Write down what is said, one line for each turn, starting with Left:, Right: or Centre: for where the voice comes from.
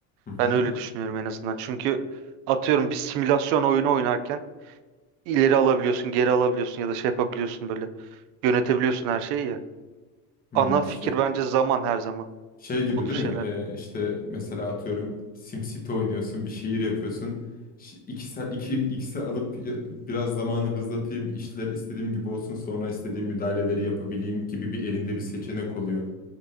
Left: Hı hı.
Right: ben öyle düşünüyorum en azından. Çünkü atıyorum bir simülasyon oyunu oynarken ileri alabiliyorsun, geri alabiliyorsun ya da şey yapabiliyorsun böyle. Yönetebiliyorsun her şeyi ya.
Left: Hmm,
Right: Ana fikir
Left: şey.
Right: bence zaman her zaman.
Left: Şey gibi
Right: O tür
Left: değil
Right: şeyler.
Left: mi? Ee, işte mesela atıyorum SimCity oynuyorsun, bir şehir yapıyorsun. Ş- İki, sa- iki, ikisi alıp ya- biraz zamanı hızlatayım, işler istediğim gibi olsun, sonra istediğim müdahaleleri yapabileyim gibi bir elinde bir seçenek oluyor.